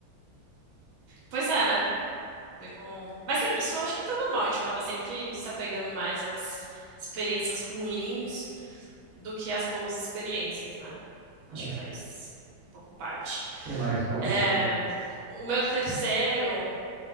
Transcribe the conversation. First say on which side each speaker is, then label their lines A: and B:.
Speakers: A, on the right (about 80°); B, on the right (about 45°).
A: Pois é, né? Ver como... Mas isso eu acho que até é até normal, a gente acaba sempre se apegando mais às experiências ruins do que às boas experiências, né? Acho
B: É. O
A: que faz um pouco parte.
B: Que mais? Qual o
A: É,
B: terceiro?
A: o meu terceiro